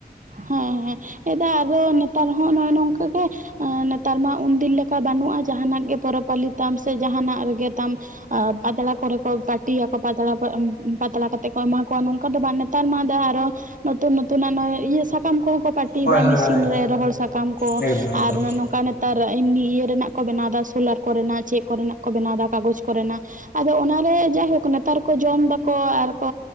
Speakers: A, on the right (about 50°); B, on the left (about 80°).
A: ᱦᱮᱸ ᱦᱮᱸ ᱟᱫᱚ ᱟᱵᱚ ᱱᱮᱛᱟᱨ ᱦᱚᱸ ᱱᱚᱜᱼᱚᱭ ᱱᱚᱝᱠᱟ ᱜᱮ ᱮ ᱱᱮᱛᱟᱨ ᱢᱟ ᱩᱱᱫᱤᱱ ᱞᱮᱠᱟ ᱵᱟᱹᱱᱩᱜᱼᱟ, ᱡᱟᱸᱦᱟ ᱱᱟᱜ ᱜᱮ ᱯᱚᱨᱚᱵᱽ ᱯᱟᱹᱞᱤ ᱛᱟᱢ, ᱥᱮ ᱡᱟᱸᱦᱟ ᱱᱟᱜ ᱨᱮ ᱜᱮ ᱛᱟᱢ ᱾ ᱟᱨ ᱯᱟᱛᱲᱟ ᱠᱚᱨᱮ ᱠᱚ ᱯᱟᱹᱴᱤᱭᱟ ᱠᱚ ᱯᱟᱛᱲᱟ ᱠᱚ ᱮᱢ ᱯᱟᱛᱲᱟ ᱠᱟᱛᱮᱜ ᱠᱚ ᱮᱢᱟ ᱠᱚᱣᱟ ᱱᱚᱝᱠᱟ ᱫᱚ ᱵᱟᱝ ᱮᱛᱟᱨ ᱢᱟ ᱫᱟ ᱟᱨᱚ ᱱᱚᱛᱩᱱ ᱱᱩᱛᱩᱱᱟᱜ ᱱᱚ-ᱤᱭᱟᱹ ᱥᱟᱠᱟᱢ ᱠᱚ ᱦᱚᱸ ᱠᱚ ᱯᱟᱴᱤᱭᱮᱫᱟ
B: ᱦᱳᱭ ᱦᱳᱭ
A: ᱢᱮᱥᱤᱱ ᱨᱮ ᱨᱚᱦᱚᱲ ᱥᱟᱠᱟᱢ ᱠᱚ
B: ᱦᱳᱭ ᱮᱠᱫᱚᱢ
A: ᱟᱨ
B: ᱮᱠᱫᱚᱢ
A: ᱱᱚ-ᱱᱚᱝᱠᱟ ᱱᱮ ᱛᱟᱨ ᱮᱢᱱᱤ ᱤᱭᱟᱹ ᱨᱮᱱᱟᱜ ᱠᱚ ᱵᱮᱱᱟᱣ ᱮᱫᱟ ᱥᱳᱞᱟᱨ ᱠᱚᱨᱮ ᱱᱟᱜ ᱪᱮᱫ ᱠᱚᱨᱮ ᱱᱟᱜ ᱠᱚ ᱵᱮᱱᱟᱣ ᱮᱫᱟ ᱠᱟᱜᱚᱡᱽ ᱠᱚᱨᱮ ᱱᱟᱜ ᱾ ᱟᱫᱚ ᱚᱱᱟ ᱨᱮ ᱡᱟᱭᱦᱳᱠ ᱱᱮᱛᱟᱨ ᱠᱚ ᱡᱚᱢ ᱫᱟᱠᱚ ᱟᱨ ᱠᱚ